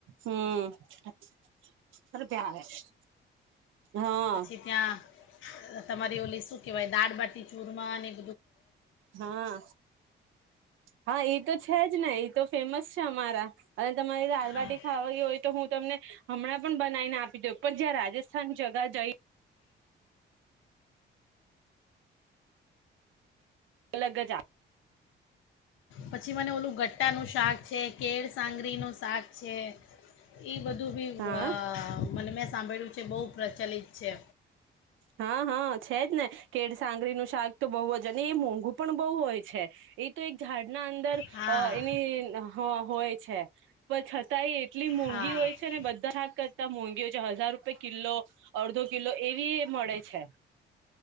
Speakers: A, on the right (about 80°); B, on the left (about 80°).
A: હમ <unintelligible> હા
B: પછી ત્યાં તમારી ઓલી શું કેવાય દાળબાટી ચૂરમાં અને
A: હા. હા એ તો છે જ ને એ તો ફેમસ છે અમારા અને તમારે દાલબાટી
B: હા.
A: ખાવા હોય તો હું તમને હમણાં પણ બનાવીને આપી દઉં પણ જ્યાં રાજસ્થાન જગા જઈ અલગ જા
B: પછી મને ઓલું ગટ્ટાનું શાક છે કેળ સાંગરી નું શાક છે એ બધું બી
A: હા
B: અ મને મે સાંભળ્યું છે બહુ પ્રચલિત છે
A: હા હા છે જ ને કે સાંગરીનું શાક તો બહુ જ અને એ મોંઘુ પણ બહુ હોય છે એ તો એક ઝાડના અંદર
B: હા
A: એની હોય. છે પણ છતાંય એટલી મોંઘી
B: હા
A: હોય છે ને બધાા કરતાં મોંઘી હોય છે હજાર રૂ રૂપે કિલો અડધો કિલો એવી મળે છે.